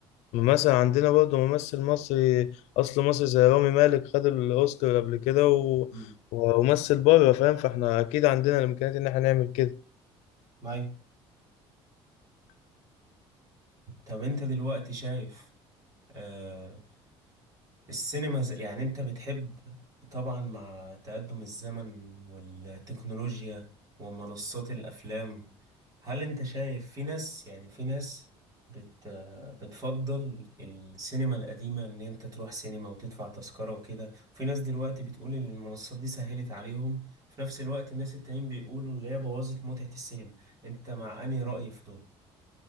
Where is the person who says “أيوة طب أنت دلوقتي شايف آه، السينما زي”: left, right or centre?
Right